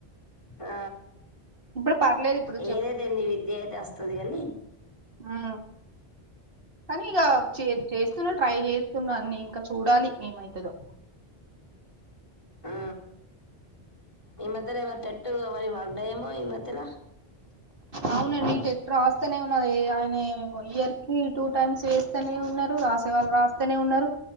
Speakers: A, on the left (about 25°); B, on the right (about 60°).
A: ఆ
B: ఇప్పుడు పర్లేదు ఇప్పుడు
A: ఏదైతే నీ విద్య అయితే అస్తది కనీ
B: ఆ కానీ ఇగ చే చేస్తున్నా ట్రై చేస్తున్నా అన్నీ ఇంకా చూడాలి ఏమైతదో
A: ఆ ఆ ఈ మధ్య టెట్టు అవన్నీ పడతాయేమో ఈ మధ్యలా
B: అవునండి టెట్ రాస్తనే ఉన్న ఆయన ఇయర్కి టూ టైమ్స్ వేస్తనే ఉన్నారు రాసే వాళ్ళు రాస్తనే ఉన్నరు